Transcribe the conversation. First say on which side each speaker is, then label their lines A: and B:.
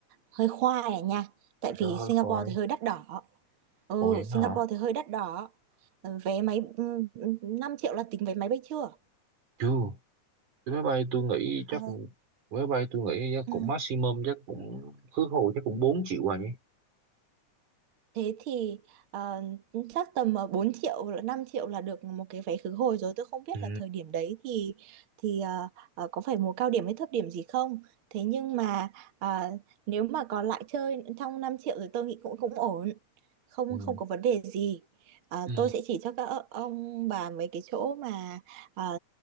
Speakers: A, on the right; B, on the right.
A: hơi khoai à nha. Tại
B: Trời
A: vì
B: ơi
A: Singapore
B: coi
A: thì hơi đắt đỏ. Ừ,
B: Ủa vậy
A: Singapore
B: hả
A: thì hơi đắt đỏ. Ờ, Vé máy ừ, 5 triệu là tính vé máy bay chưa?
B: Chưa Cái máy bay tôi nghĩ chắc
A: Ờ.
B: Máy bay tôi nghĩ chắc
A: Ừ.
B: cũng maximum chắc cũng khứ hồi chắc cũng 4 triệu rồi nhỉ
A: Thế thì ờ, chắc tầm ờ, 4 triệu hoặc là 5 triệu là được một cái vé khứ hồi rồi. Tôi không biết
B: ừ.
A: là thời điểm đấy thì thì ờ, ờ, có phải mùa cao điểm hay thấp điểm gì không. Thế nhưng mà ờ, nếu mà còn lại chơi trong 5 triệu thì tôi nghĩ cũng cũng ổn. Không
B: Ừ.
A: không có vấn đề gì. Ờ,
B: Ừ.
A: tôi sẽ chỉ cho các ô- ông bà mấy cái chỗ mà ờ,